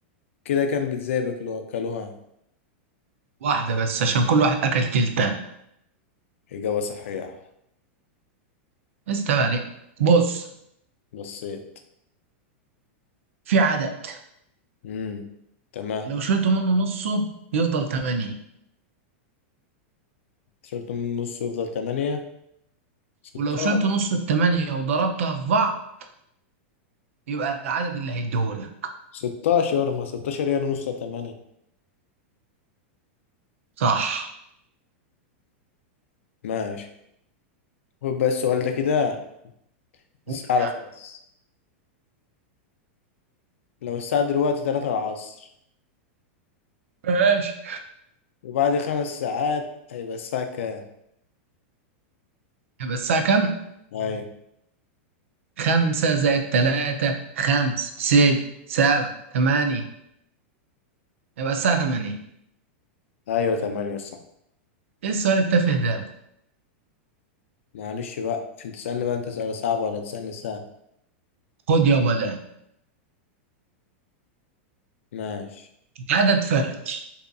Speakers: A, on the left; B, on the right.
A: كده كم بيتزا بياكلوها اكلوها
B: واحدة بس عشان كل واحد أكل تلتة
A: إجابة صحيحة
B: استنى عليك بص
A: بصيت
B: في عدد
A: امم تمام
B: لو شلت منه نصه يفضل تمانية
A: تيشيرت من النص يفضل تمانية ستاشر
B: ولو شلت نص التمانية وضربتها في بعض يبقى العدد اللي هيديهولك
A: ستاشر ما ستاشر هي نص تمانية
B: صح
A: ماشي خد بقى السؤال ده كده بس
B: قول
A: أعرفه
B: يا عم.
A: بس لو الساعة دلوقتي تلاتة العصر
B: ماشي
A: وبعد خمس ساعات هيبقى الساعة كام؟
B: يبقى الساعة كام؟
A: أيوة
B: خمسة زائد تلاتة خمس ست سبعة تمانية يبقى الساعة تمانية
A: أيوة تمانية صح
B: ايه السؤال التافه ده؟
A: معلش بقى أنت تسألني بقى أنت سؤال صعب ولا تسألني سهل
B: خد يابا ده
A: ماشي
B: عدد فردي